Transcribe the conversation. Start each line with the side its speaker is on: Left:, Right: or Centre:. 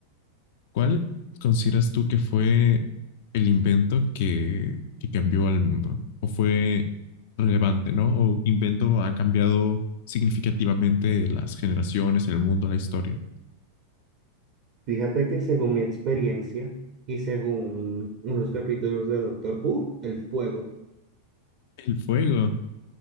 Left: ¿cuál consideras tú que fue el invento que, que cambió al mundo? ¿O fue relevante, ¿no? ¿O qué invento ha cambiado significativamente las generaciones, el mundo, la historia?
Right: Fíjate que según mi experiencia y según unos capítulos de Doctor Who, el fuego.
Left: El fuego.